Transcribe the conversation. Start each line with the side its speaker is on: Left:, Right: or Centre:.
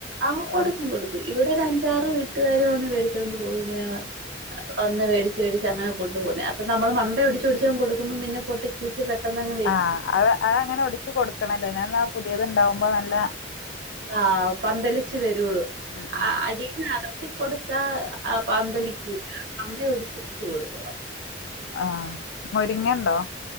Right: ആഹ് കൊടുക്കും
Left: എടു
Right: കൊടുക്കും ഇവിടെ ഒരു അഞ്ചാറ് വീട്ടുകാർ വന്ന് മേടിച്ചോണ്ട് പോകും ഇങ്ങനെ വന്ന് വേടിച്ച് വേടിച്ച് അങ്ങനെ കൊണ്ടു പോക്ന്നേ അപ്പൊ നമ്മള് മണ്ടയോ ടിച്ചാ ടിച്ച് കൊടുക്കുമ്പം പിന്നെ പൊട്ടി കിളിച്ച് പെട്ടെന്നെന്നെ
Left: ആഹ് അത് അത് അങ്ങനെ ഒടിച്ച് കൊടുക്കണല്ലേ ഞാ ന്ന പുതിയത് ഇണ്ടാവുമ്പോ നല്ല
Right: ആഹ് പന്തലിച്ച് വരോള്ളൂ
Left: ഉം ഉം
Right: അടി ന്ന് അടർത്തി കൊടുതാ ആ പന്തലികൂല്ല മണ്ടയോടിച്ചോടിച്ചു കൊടുക്കണം
Left: ആഹ് മുരിങ്ങണ്ടോ